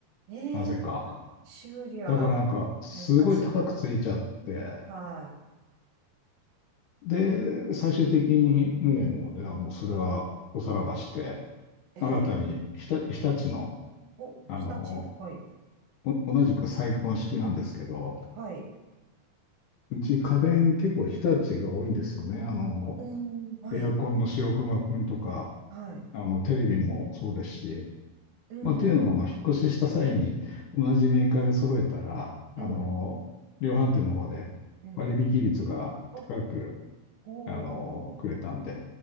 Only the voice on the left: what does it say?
なぜか。
だからなんかすごい高くついちゃって、
で、最終的にもう、
じゃあもうそれはおさらばして、
新たにひた日立の、
あの、
お同じくサイクロン式なんですけど、
うち家電結構日立が多いんですよね。あの、
エアコンの白熊くんとか、
あの、テレビもそうですし、
まあ、っていうのも、
あの、引っ越しした際に同じメーカーで揃えたら、あの、
量販店の方で割引率が高く、
あの、くれたんで、